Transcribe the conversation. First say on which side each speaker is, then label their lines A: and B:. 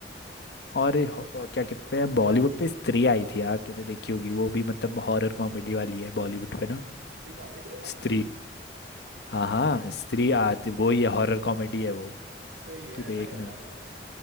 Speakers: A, on the right (about 80°); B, on the left (about 65°).
A: हम्म
B: और ये हो- वो क्या कहते हैं बॉलीवुड पे स्त्री आई थी यार तूने देखी होगी वो भी मतलब हॉरर कॉमेडी वाली है बॉलीवुड पे ना
A: स्त्री कॉमेडी है
B: स्त्री हाँ हाँ स्त्री आज वो ही है हॉरर कॉमेडी है वो
A: भाई सही है
B: तू
A: ट्राई
B: देखना
A: करना है मुझे